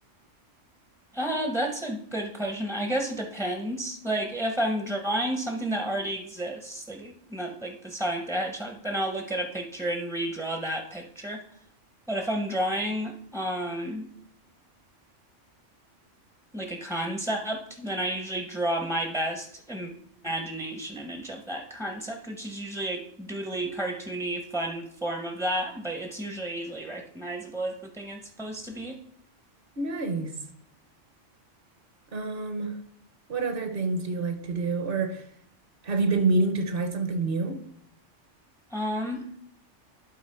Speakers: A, in the centre; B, on the right (about 50°).
A: Uh, that's a good question. I guess it depends. Like if I'm drawing something that already exists, like not like the Sonic the Hedgehog, then I'll look at a picture and redraw that picture. But if I'm drawing um like a concept, then I usually draw my best imagination image of that concept, which is usually a doodly, cartoony, fun form of that, but it's usually easily recognizable as the thing it's supposed to be.
B: Nice. Um, what other things do you like to do or have you been meaning to try something new?
A: Um,